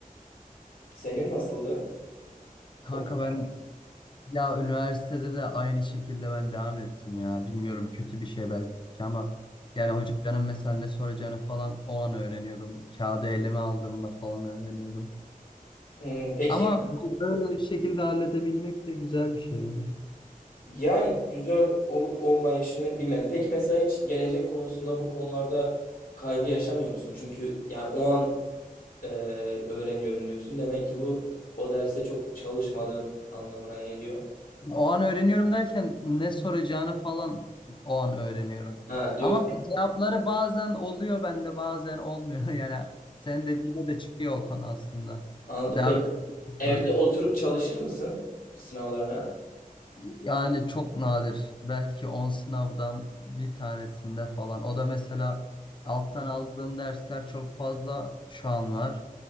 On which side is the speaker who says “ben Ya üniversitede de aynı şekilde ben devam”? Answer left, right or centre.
Left